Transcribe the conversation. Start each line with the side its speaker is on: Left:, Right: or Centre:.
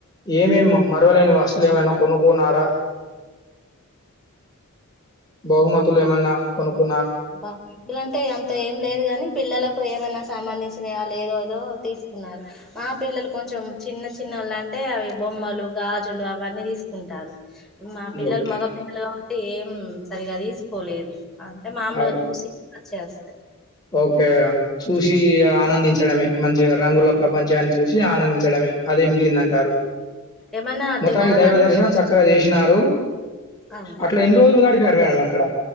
Left: ఏమే మరవలేని వస్తులు ఏమైనా కొనుక్కున్నారా బహుమతులు ఎమన్న కొనుకు
Centre: బహుమతులంటే అంత ఏం లేదు గాని పిల్లలకు ఏమనా సంబంధించిన వాళ్ళు ఏదో ఏదో తీసుకున్నారు మా పిల్లలు కొంచెం చిన్న చిన్న వాళ్ళు అంటే అవి బొ బొమ్మలు గాజులు అవన్నీ తీసుకుంటారు మా పిల్లలు
Left: ఓకే.
Centre: మగ పిల్లలు కాబట్టి ఏం సరిగా తీసుకోలేదు అ టే మమ్లుగా
Left: ఆ!
Centre: చూసి వచ్చస్తరు
Left: ఓకే చూసి ఆనందించడమే మంచిగా రంగుల ప్రపంచాన్ని చూసి ఆనందించడమే అదే మిగిలిందంటారు
Centre: ఏమన్నా
Left: మొత్తానికి
Centre: తినాలని
Left: దైవ దర్శనం చక్కగా చెషి నారు
Centre: అవునా
Left: అట్లా ఎన్ని రోజులు గడిపారు మేడం అక్కడ